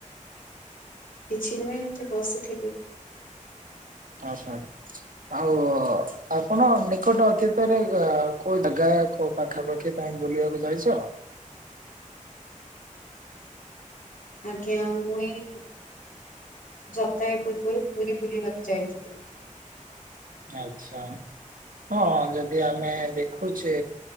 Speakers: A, on the left (about 80°); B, on the right (about 85°).
A: କିଛି ନୁହେଁ ଏମିତି ବସିଥିଲି।
B: ଆଚ୍ଛା। ଆଉ ଆପଣ ନିକଟ ଅତୀତରେ କୋଉ ଜାଗା କୋଉ ପାଖାପାଖି ତମେ ବୁଲିବାକୁ ଯାଇଛ?
A: ଆଜ୍ଞା, ମୁଁ ଏଇ ଯପ୍ତାହେ ପୂର୍ବରୁ ପୁରୀ ବୁଲିବାକୁ ଯାଇଥିଲି।
B: ଆଚ୍ଛା। ହଁ ଯଦି ଆମେ ଦେଖୁଛେ